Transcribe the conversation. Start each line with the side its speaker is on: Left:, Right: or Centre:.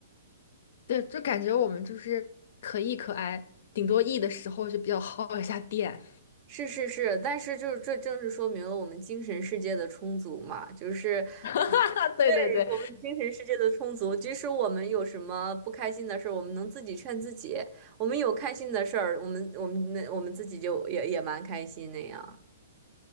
Left: 对，就感觉我们就是可 E 可 I，顶多 E 的时候就比较耗一下电，
Right: 是是是，但是就是这正是说明了我们精神世界的充足嘛，就是。
Left: <laughs> 啊对对对，
Right: 对，我们精神世界的充足，即使我们有什么不开心的事儿，我们能自己劝自己；我们有开心的事儿，我们我们那我们自己就也也蛮开心那样。